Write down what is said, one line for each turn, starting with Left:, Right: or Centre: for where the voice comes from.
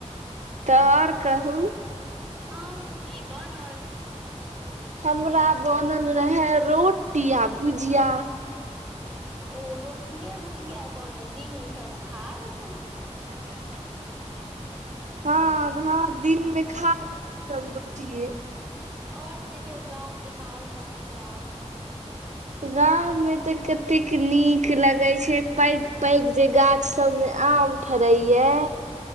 Right: त और कहु।
Centre: अहांके की बनल।
Right: हमरा बनल रहय, रोटी आ भुजिया।
Centre: ओ रोटिये भुजिया बनल, दिन मे सब खा लेत उहे।
Right: अच्छा -अच्छा। हं भात दिन मे खा लेबै, सब रोटिये।
Centre: और कहियौ गांवके हाल समाचार।
Right: गांव में तऽ कतेक नीक लगे छै, पैघ पैघ जे गाछ सब मे आम फरयै।